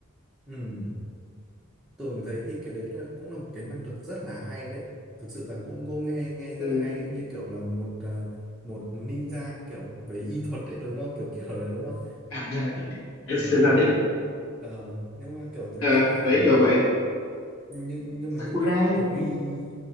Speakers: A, in the centre; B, on the left.
A: ừ Tường thấy thì cái đấy là cũng là một cái năng lực rất là hay đấy thực sự là cũng cô nghe nghe
B: ừ.
A: rất là hay ấy. như kiểu là một à, một ninja kiểu về y thuật đấy đúng không kiểu kiểu đấy đúng không
B: À, <laughs>
A: ờ
B: Sơn La đỉnh
A: ờ nhưng mà kiểu Tường
B: Ờ,
A: thấy là
B: đấy kiểu vậy
A: nhưng nhưng mà
B: Sakura
A: như thế thì Tuấn
B: này.
A: Huy